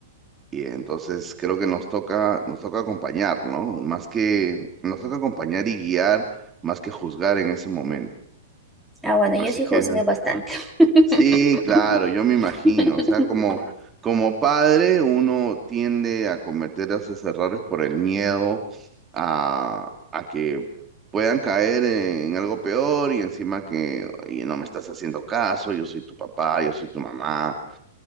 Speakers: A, on the right (about 20°); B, in the centre.
A: y entonces creo que nos toca, nos toca acompañar, ¿no? Más que, nos toca acompañar y guiar, más que juzgar en ese momento.
B: Ah, bueno,
A: Así
B: yo sí juzgué
A: que,
B: bastante. <laughs>
A: sí, claro, yo me imagino, o sea, como, como padre uno tiende a cometer esos errores por el miedo a, a que puedan caer en algo peor y encima que, oye, no me estás haciendo caso, yo soy tu papá, yo soy tu mamá.